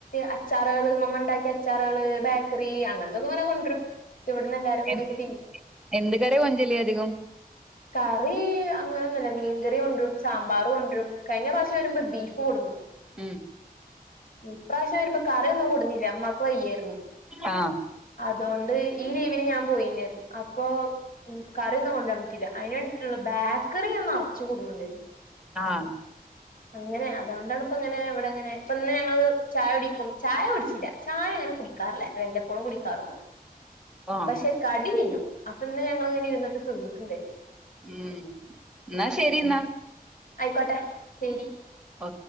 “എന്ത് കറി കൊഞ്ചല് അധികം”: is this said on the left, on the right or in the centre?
Centre